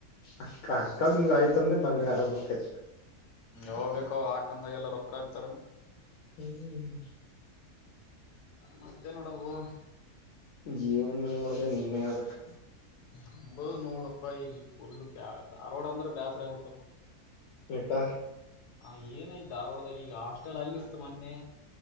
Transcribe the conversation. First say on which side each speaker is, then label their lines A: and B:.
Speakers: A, on the left; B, on the left.
A: ಅಕ್ಕ ಅಕ್ಕಂದ ಆಯ್ತ ಅಂದ್ರೆ ನನ್ ಆರಾಮಕ್ಕತ
B: ಹೋಗ್ಬೇಕೋ ಹಾಕಂದಾಗೆಲ್ಲ ರೊಕ್ಕ ಹಾಕ್ತಾರ
A: ಹ್ಮ್
B: ಮತ್ತೆ ನೋಡವು
A: ಜೀವನ್ ನೀ ನೋಡ್ಬೇಕ ನೀನ್ೇ ಆಬೇಕ
B: ಹಂಬದು ನೂರು ರೂಪಾಯಿ ಇಲ್ಲಿ ಫುಲ್ಾಗ ಆರೋಡ್ ಅಂದ್ರೆ ಬೇಸರ ಆಬಿಟ್ಟ ನ
A: ಹಟಾ
B: ಹ ಏನೈ ಧಾರವಾಳದಾಗ ಈಗ ಹಾಸ್ಟೆಲ್ ಅಲ್ಲಿ ಇರ್ತ್ತು ಮೊನ್ನೆ